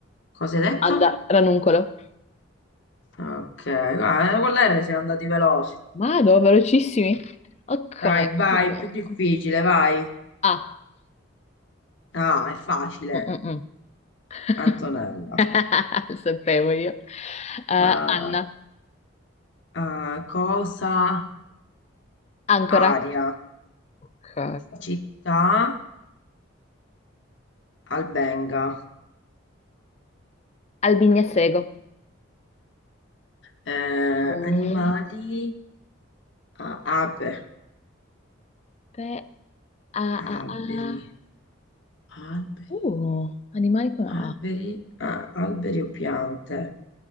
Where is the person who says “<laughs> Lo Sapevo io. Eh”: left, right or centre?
Left